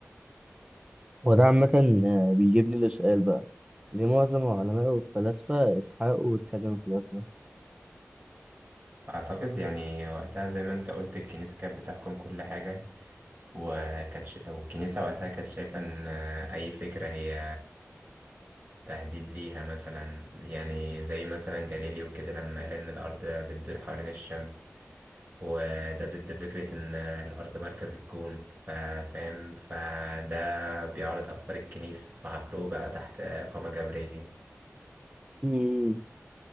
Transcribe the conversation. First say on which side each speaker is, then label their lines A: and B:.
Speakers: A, on the right; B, on the right.
A: وده عامة آه، بيجيبني لسؤال بقى ليه معظم العلماء والفلاسفة اتحرقوا واتسجنوا في الوقت ده؟
B: أعتقد يعني وقتها زي ما أنت قلت الكنيسة كانت بتحكم كل حاجة وكانت ش... أو الكنيسة وقتها كانت شايفة إن أي فكرة هي تهديد ليها مثلا يعني زي مثلا جاليليو كده لما قال إن الأرض بتدور حوالين الشمس وده ضد فكرة إن الأرض مركز الكون فا- فاهم فده بيعارض أفكار الكنيسة فحطوه بقى تحت إقامة جبرية
A: مم.